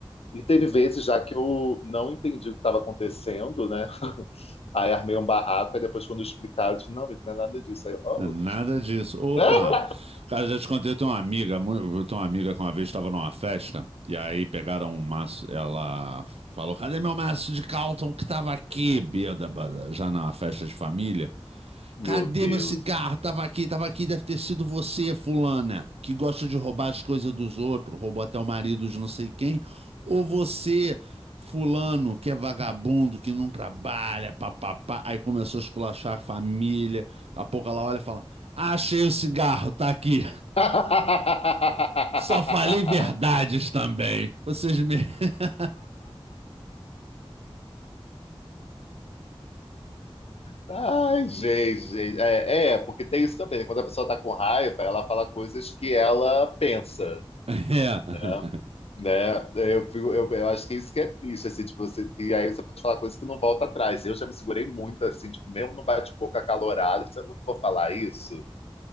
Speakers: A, on the left; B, on the right.
A: E teve vezes já que eu não entendi o que estava acontecendo, né? <laughs> Aí armei um barraco, e depois quando explicaram, eu disse, não, mas não é nada disso. Aí eu, oh,
B: É Nada disso. Opa!
A: é?
B: Cara, já te contei, eu tenho uma amiga, mu- eu tenho uma amiga que uma vez estava numa festa, e aí pegaram um maço, ela falou, cadê meu maço de Calton que tava aqui, bêbada, já numa festa de família?
A: meu
B: Cadê
A: Deus.
B: meu cigarro? Tava aqui, tava aqui. Deve ter sido você, fulana, que gosta de roubar as coisas dos outros, roubou até o marido de não sei quem. Ou você, fulano, que é vagabundo, que não trabalha, papapá. Aí começou a esculachar a família. Daqui a pouco ela olha e fala: ah, Achei o cigarro, tá aqui.
A: <laughs>
B: Só falei verdades também. Vocês me. <laughs>
A: Ai, gente, gente. É, é, porque tem isso também. né? Quando a pessoa tá com raiva, ela fala coisas que ela pensa,
B: É.
A: né? Né? Eu, fico- eu, eu acho que isso que é triste, assim, tipo, você, e aí você pode falar coisas que não volta atrás. Eu já me segurei muito, assim, tipo, mesmo no bate-boca acalorado, eu não vou falar isso,